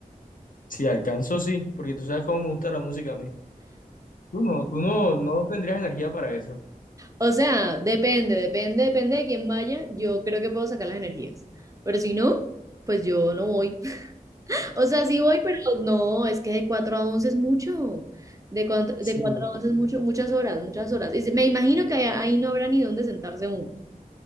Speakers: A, on the left; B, on the right.
A: Si alcanzo, sí, porque tú sabes cómo me gusta la música a mí. Tú no, tú no, no tendrías energía para eso.
B: O sea, depende, depende, depende de quién vaya. Yo creo que puedo sacar las energías. Pero si no, pues yo no voy. O sea, sí voy, pero no, es que de 4 a 11 es mucho. De 4, de
A: Sí.
B: cuatro a 11 es mucho, muchas horas, muchas horas. Y se- me imagino que ahí, ahí no habrá ni dónde sentarse uno.